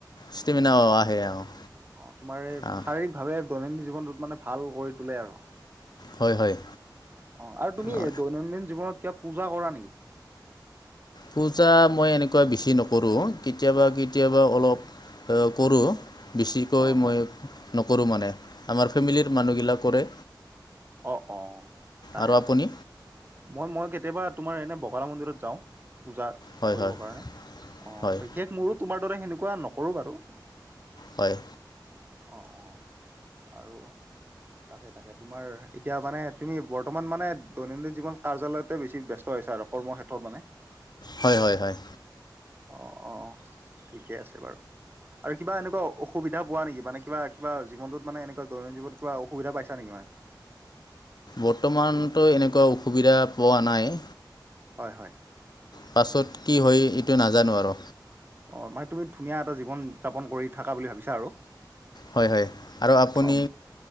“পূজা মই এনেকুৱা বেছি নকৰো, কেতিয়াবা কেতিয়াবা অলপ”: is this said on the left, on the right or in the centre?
Left